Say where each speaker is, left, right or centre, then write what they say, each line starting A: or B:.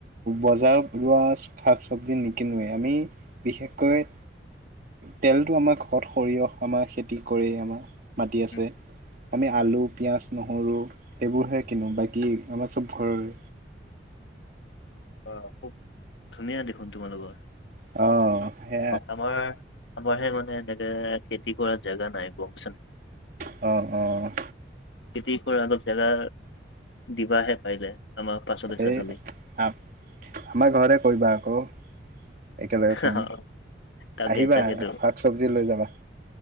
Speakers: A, on the right; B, on the left.
A: বজাৰত ওলোৱা শাক চবজি নিকিনোৱে, আমি বিশেষকৈ তেলটো আমাৰ ঘৰৰ সৰিয়হ আমাৰ খেতি কৰে আমাৰ মাটি আছে।
B: উম,
A: আমি আলু পিঁয়াজ নহৰু এইবোৰহে কিনো বাকী আমাৰ চব ঘৰৰে।
B: অঁ খুব ধুনীয়া দেখোন তোমালোকৰ?
A: অ' সেই
B: আমাৰ আমাৰ হে মানে এনেকে খেতি কৰা জোগা নাই গ'ম পাইছানে?
A: অঁ, অঁ।
B: খেতি কৰা অলপ জেগা দিবাহে পাৰিলে? আমাৰ পাচলি
A: ঢেই
B: চাচলি
A: আমাৰ ঘৰতে কৰিবা আকৌ। একেলগে কৰিম,
B: অ তাকে
A: আহিবা
B: তাকেতো
A: শাক চবজি লৈ যাবা।